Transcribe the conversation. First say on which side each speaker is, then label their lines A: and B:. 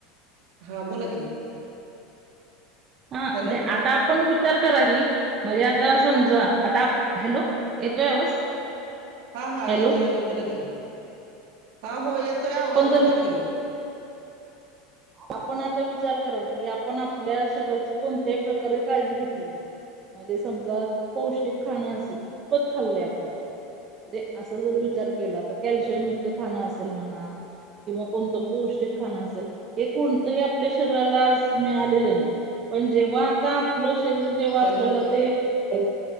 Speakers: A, on the right (about 65°); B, on the right (about 25°).
A: हां बोला की.
B: अ म्हणजे
A: हॅलो
B: आता आपण पु तर कराय इल म्हजे आता समजा आता हॅलो, येतोय आवाज?
A: हा, हा
B: हॅलो
A: येतोय, येतोय बोला की. हा हो येतोय आवाज
B: आपण जर
A: बोला की.
B: आपण आता विचार करा की आपण आपल्या शरीराची कोणत्याही प्रकारे काळजी घेतली की नाय? म्हणजे समजा पौष्टिक खाणं असेल कितपत खाल्लं आपण. म्हणजे असा जर विचार केला तर कॅल्शियम खाणं असेल म्हणा किंवा कोणतं पौष्टिक खाणं असेल हे कोणतंही आपल्या शरीराला मिळालेलं नाय, पण जेंव्हा आता आपलं शरीर जेंव्हा आपल्याला
A: हॅलो
B: ते अ